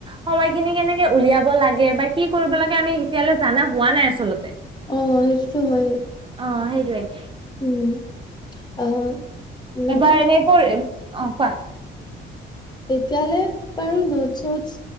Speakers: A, on the right; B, on the left.
A: সময়খিনি কেনেকে উলিয়াব লাগে বা কি কৰিব লাগে আমি এতিয়ালে জানা হোৱা নাই আচলতে।
B: অ সেইটোতো হয়ে।
A: অ সেইটোৱেই।
B: উম আহ। মানে
A: এবাৰ এনেই বোৰ অহ কোৱা।
B: এতিয়ালে বাৰু নোট চোটচ